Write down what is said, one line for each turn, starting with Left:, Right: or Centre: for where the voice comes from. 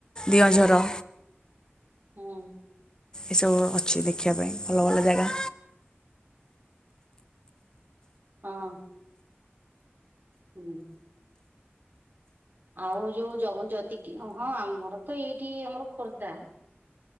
Left: ଦିଅଁଝର
Right: ହୁଁ।
Left: ଏସବୁ ଅଛି ଦେଖିବା ପାଇଁ ଭଲ ଭଲ ଜାଗା
Right: ହଁ <unintelligible> ହୁଁ। ଆଉ ଯୋଉ ଜଗଜତି କି ହଁ ଆମର ତ ଏଇଠି ଆମର ଖୋର୍ଦ୍ଧା